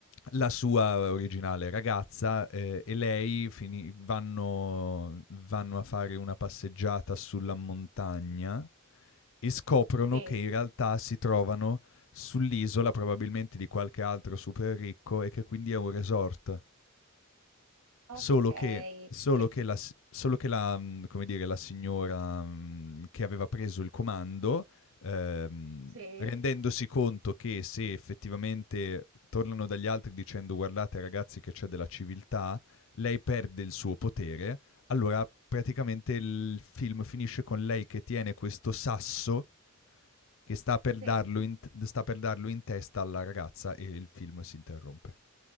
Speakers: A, on the left; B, on the right.
A: la sua originale ragazza, ehm, e lei fini vanno vanno a fare una passeggiata sulla montagna e scoprono
B: Sì.
A: che in realtà si trovano sull'isola probabilmente di qualche altro super ricco e che quindi è un resort.
B: Okay,
A: Solo che solo
B: che
A: che la s solo che la mhmm, come dire, la signora, mhmm, che aveva preso il comando, ehm,
B: sì,
A: rendendosi conto che se effettivamente tornano dagli altri dicendo: "Guardate ragazzi che c'è della civiltà", lei perde il suo potere, allora praticamente il film finisce con lei che tiene questo sasso che sta per
B: sì.
A: darlo in t sta per darlo in testa alla ragazza e il film si interrompe.